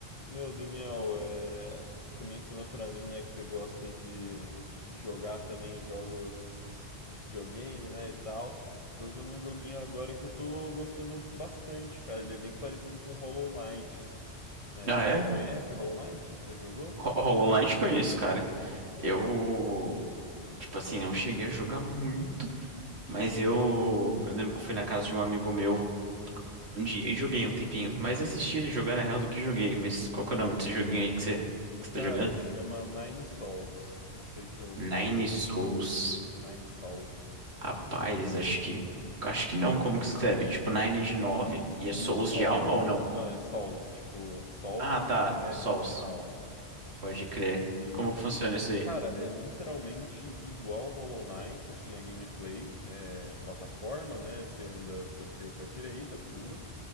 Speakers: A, on the left; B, on the right.
A: Meu, Daniel, é, você mencionou pra mim, né, que você gosta de, de jogar também jogos de videogame, né, e tal. Tô jogando um joguinho agora que eu tô gostando bastante, cara. Ele é bem parecido com Hollow Knight. É,
B: Ah, é?
A: você conhece Hollow Knight? Já jogou?
B: Ho- HoloLens conheço, cara. Eu, tipo assim, não cheguei a jogar muito, mas eu, eu lembro que eu fui na casa de um amigo meu um dia e joguei um tempinho. Mais assisti ele jogar na real do que joguei. Mas qual que é o nome desse joguinho aí que você, que você tá
A: Cara,
B: jogando?
A: chama Nine Sols. Não sei se já ouviu
B: Nine
A: falar.
B: Souls.
A: Nine Sols.
B: Rapaz, acho que, acho que não. Como que se escreve? Tipo, Nine de nove e é
A: E
B: Souls
A: Sols.
B: de alma ou não?
A: Não, é Sols, tipo, Sol
B: Ah, tá.
A: com S
B: Souls.
A: no final.
B: Pode crer.
A: E,
B: Como que funciona isso aí?
A: Cara, é literalmente igual Hollow Knight, assim, a gameplay, é plataforma, né? Você anda pra esquerda, e pra direita, pula,